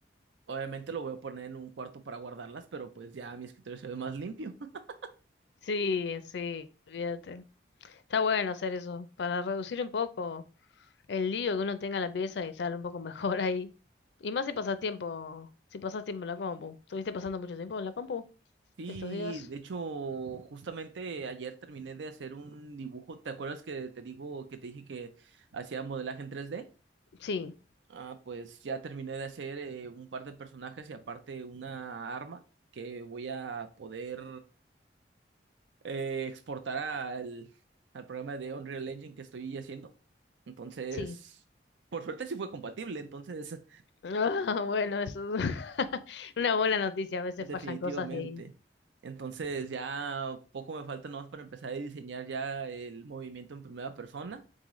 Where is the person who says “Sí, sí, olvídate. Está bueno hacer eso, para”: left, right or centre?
Left